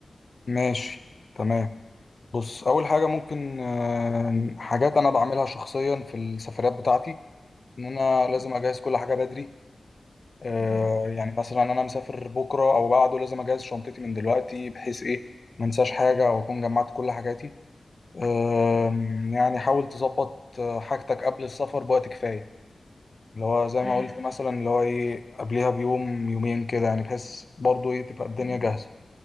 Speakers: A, on the left (about 50°); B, on the right (about 65°).
A: ماشي تمام بص اول حاجه ممكن آه، حاجات انا بعملها شخصيا في السفريات بتاعتي ان انا
B: مم.
A: لازم اجهز كل حاجه بدري آه،
B: مم.
A: يعني مثلا انا مسافر بكره او بعده لازم اجهز شنطتي من دلوقتي بحيث ايه ما انساش حاجه او اكون جمعت كل حاجاتي آم، يعني حاول تظبط آه، حاجتك قبل السفر بوقت كفايه اللي هو زي
B: مم.
A: ما قلت مثلا اللي هو ايه قبلها بيوم يومين كده يعني بحيث برضو ايه تبقى الدنيا
B: مم.
A: جاهزه